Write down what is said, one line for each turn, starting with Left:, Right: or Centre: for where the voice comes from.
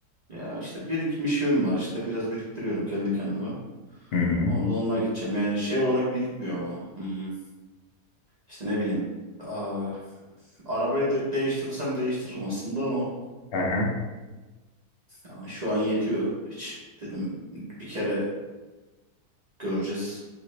Right: Ya işte birikmişim var işte. Biraz biriktiriyorum kendi kendime.
Left: Hı hı.
Right: Onu da onunla gideceğim. Yani şey olarak birikmiyor ama. Hmm, işte ne bileyim. Aa, arabayı de değiştirirsem değiştiririm aslında ama.
Left: Aha.
Right: Ama şu an yetiyor. Hiç dedim bir kere göreceğiz.